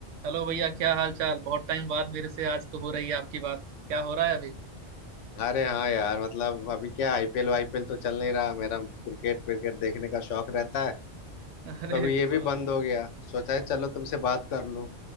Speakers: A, on the right; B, on the left.
A: Hello भैया क्या हाल चाल बहुत टाइम बाद मेरे से आज तो हो रही है आपकी बात क्या हो रहा है अभी
B: अरे हाँ यार मतलब अभी क्या आईपीएल वाईपीएल तो चल नहीं रहा मेरा क्रिकेट क्रिकेट देखने का शौक रहता है
A: <laughs> अरे
B: तो अभी ये
A: वाह
B: भी बंद हो गया सोचा है चलो तुमसे बात कर लूं